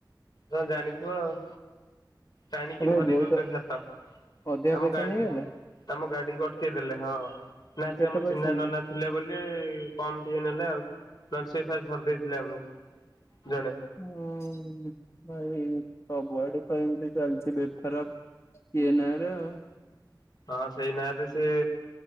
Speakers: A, on the left; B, on the left.
A: ତମେ ଜାଣିଥିବ ଆଉ। ଟାଣିକି
B: ତମେ
A: ଧରି
B: ବହୁତ
A: ଦଉଛନ୍ତି ହାତ,
B: ଅଧିକା
A: ଆମ
B: ପଇସା
A: ଗାଡି
B: ନେଇଗଲେ
A: ଆମ ଗାଡିକୁ ଅଟକେଇ ଦେଲେ ହଁ, ନା ସେ
B: କେତେ
A: ଆମ
B: ପଇସା
A: ଚିହ୍ନା
B: ନେଇ
A: ନନା ଥିଲେ ବୋଲି କମ୍ ଟିକେ ନେଲେ ଆଉ, ନହେଲେ ସେ ଫାଷ୍ଟ ଧରିଦେଇଥିଲେ ଆମକୁ ଜଣେ।
B: ହୁଁଉଁଉ ଭାଇ ସବୁଆଡେ ତ ଏମିତି ଚାଲିଛି ବେପାର। ଇଏ ନାଆଁରେ ଆଉ।
A: ହଁ ସେଇ ନାଆଁରେ ସେ